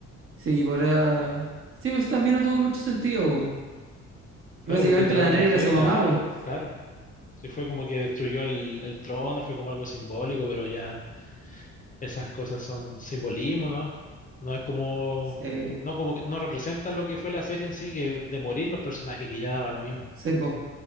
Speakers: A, on the right; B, on the left.
A: sí, y por ah, Sí, pues también no tuvo mucho sentido,
B: Claro,
A: po. Básicamente
B: porque el dragón
A: la Daenerys
B: era fiel,
A: era su
B: claro,
A: mamá, pues.
B: claro. Sí fue como que destruyó el, el trono, fue como algo simbólico, pero ya esas cosas son simbolismo, ¿no? No es como,
A: Sí,
B: no como que no representa lo que fue la serie en sí, que de morir los personajes, que ya daba lo mismo.
A: sí, po.